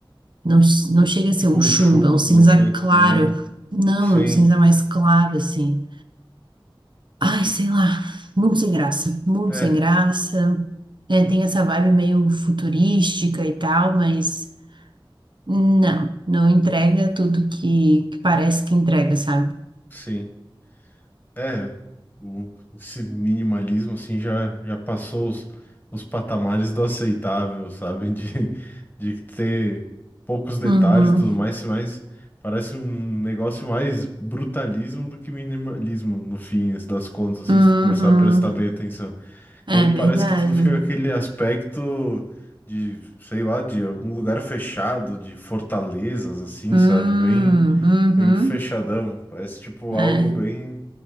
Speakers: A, on the right; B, on the left.
A: Não, não chega a ser
B: Tipo
A: um
B: um
A: chumbo,
B: chum,
A: é um cinza
B: não chega.
A: claro.
B: Hum.
A: Não,
B: Sim.
A: é um cinza mais claro, assim. Ai, sei lá, muito sem graça, muito
B: É,
A: sem graça. É, tem essa vibe meio futurística e tal, mas não, não entrega tudo que, que parece que entrega, sabe?
B: sim. É, o, esse minimalismo assim já, já passou os, os patamares do aceitável, sabe? <laughs> De, de ter poucos detalhes
A: Uhum,
B: e tudo mais, mas parece um negócio mais brutalismo do que minimalismo no fim das contas, assim,
A: uhum,
B: se tu começar a prestar bem atenção.
A: é
B: Que aí parece
A: verdade.
B: que tudo fica com aquele aspecto de, sei lá, de algum lugar fechado, de fortalezas, assim,
A: Hum,
B: sabe? Bem,
A: uhum.
B: bem fechadão. Parece tipo
A: É.
B: algo bem